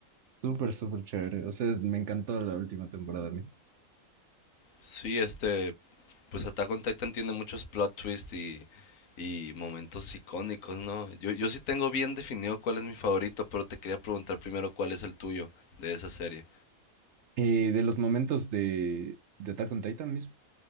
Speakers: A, on the right; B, on the left.
A: Súper, súper chévere. O sea, es- me encantó la última temporada a mí.
B: sí, este, pues Attack on Titan tiene muchos plot twists y, y momentos icónicos, ¿no? Yo, yo sí tengo bien definido cuál es mi favorito, pero te quería preguntar primero cuál es el tuyo de esa serie.
A: Eh, de los momentos de, de Attack on Titan mismo.